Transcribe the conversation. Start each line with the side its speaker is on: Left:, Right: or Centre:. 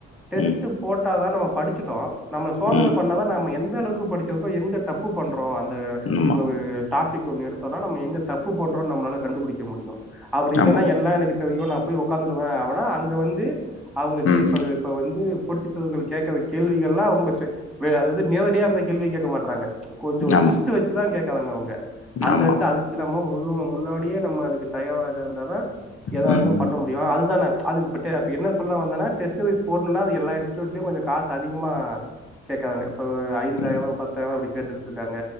Centre: டெஸ்டு
Left: ம்.
Centre: போட்டாதா நம்ம படிச்சுட்டோ நம்ம சோதன
Left: ம்.
Centre: பண்ணாதா நம்ம எந்த அளவுக்கு படிச்சிருக்கோ எங்க தப் ப்பு பண்றோ அந்த
Left: ஆமா,
Centre: ஒரு டாபிக் வந்து எடுத்தொனா நம்ம எங்க தப்பு பண்றொ நம்ளால கண்டுபுடிக்க முடியு அப்டி இல்லனா
Left: ஆமா.
Centre: எல்லா எனகு தெ தெரியு நா போய் உக்காந்துருவே அவனா அங்க வந்து அவுங்க
Left: ம்.
Centre: கேப்பது இப்ப வந்து போட்டித்தேர்வுகள்வ கேக்கற கேள்விகெல்லா ரொம்ப செ வெ அதாது நேரடியா அந்த கேள்வி கேக்க மாட்றாங்க கொஞ்சொ
Left: ஆமா,
Centre: ட்விஸ்ட் வெச்சுதா கேக்குறாங்க அவுங்க அந்த
Left: ஆமா.
Centre: எடத்துல அதுக்கு நம்ம முன்னோ முன்னாடியே நம்ம அதுக்கு தயாவாக இருந்தாதா எதா
Left: ம்.
Centre: இருந்தாலு பண்ண முடி யு அதுதான அது பிட்டே அப்டி என்ன சொல்ல வந்தனா டெஸ்டு போட்னுனா அது எல்லா இன்ஸ்டுட்ல்யு கொஞ்ச காசு அதிகமா கேக்கறாங்க இப்ப ஒரு ஐந்தாயிரோ
Left: ம்.
Centre: பத்தாய்ருவா இப்டி கேட்டுட்டுருக்காங்க